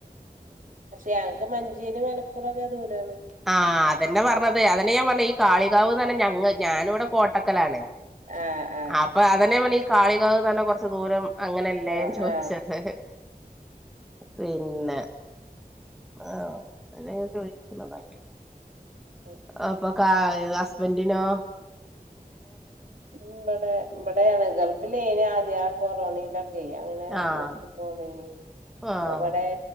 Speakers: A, on the right (about 60°); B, in the centre.
A: പക്ഷെ ഞങ്ങക്ക് മഞ്ചേരി മലപ്പുറൊക്കെ ദൂരാണ്
B: ആഅതന്നെ പറഞ്ഞത് അതെന്നേ ഞാൻ പറഞ്ഞ ഈ കാളികാവ്ന്ന് പറഞ്ഞ ഞ ഞാന ഇവിടെ കോട്ടക്കലാണ്
A: ആഹ് ആഹ്
B: അപ്പൊ അതന്നെ പറഞ്ഞ് ഈ കാളികാവ തന്നെ കുറച്ച് ദൂരം അങ്ങനെല്ലേ
A: ആഹ്
B: ചോദിച്ചത്
A: ആഹ്
B: പിന്നെ ആ അതല്ലേ ചോദിക്കുന്നതാ
A: ഉം
B: അപ്പൊ കാ ഹസ്ബൻറിനോ
A: ഇവിടെ ഇവിടെയാണ് ഗൾഫിലിന്ന് ആദ്യ ആ കൊറോണയിലൊ ചെയ അങ്ങനെ
B: ആഹ്
A: നിർത്തി പോന്നേനി അപ്പ
B: ആഹ്
A: അവിടെ